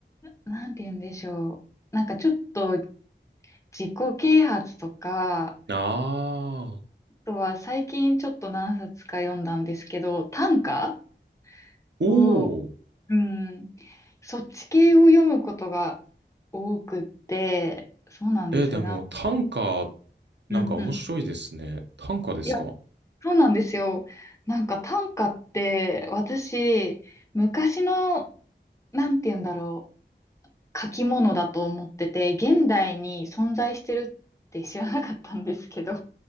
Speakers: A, on the left; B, on the right.
A: なんて言うんでしょう。なんかちょっと自己啓発とか、
B: ああー。
A: あとは最近ちょっと何冊か読んだんですけど、短歌
B: おお
A: を、うん、そっち系を読むことが多くって、そうなんですよな。
B: え、でも短歌、なんか面白いですね。
A: うんうん。
B: 短歌ですか
A: いや、そうなんですよ。なんか短歌って私、昔の、なんて言うんだろう、書き物だと思ってて、現代に存在してるって知らなかったんですけど。